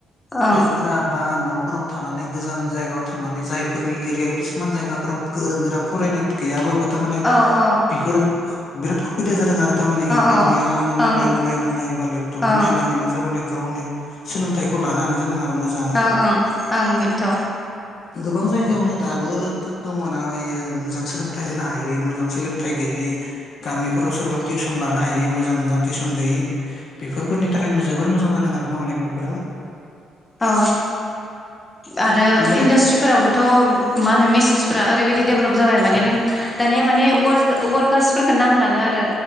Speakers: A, on the left; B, on the left.
A: ओं
B: जायफोरा बा न'फोराव थानानै गोजान जायगाव थांनानै जायफोरनि एरियायाव किसुमान जायगाफोराव गोरों गोरा फरायनाय गैयाबाबो थामाने
A: औ औ
B: बिफोर बिराद खुबिदा जादों आरो थारमाने इउटुबनि
A: औ
B: गावनो मबाइलाव
A: ओं
B: नायनानै बा लेब
A: ओं
B: टुबआव नायनानैनो सोरबा <unintelligible> गावनि सोलोंथाइखौ लानो हानाय जादों आरो मोजाङै
A: ओं ओं ओं बेनोथ'
B: गोबां जायगायावनो दाबो दङ ना ओइ मोजां सोलोंथाइ होनो हायि मोजां सोलोंथाइ गैयि गामिफोराव सोरबा टिउसन लानाय बे मोजां मोजां थिसन गोयै बेफोर फोरनि थाखाय जोबोर मोजां जादों आरो ना हनै बेफोरा
A: औ आरो
B: ओमफ्राय
A: इन्डास्ट्रिफोरावबोथ' मा होनो मेसिनसफोरा ओरैबायदि देभलाप जाबाय माने नों दानिया माने वार वारकार्सफोरखौ नांलानो आरो।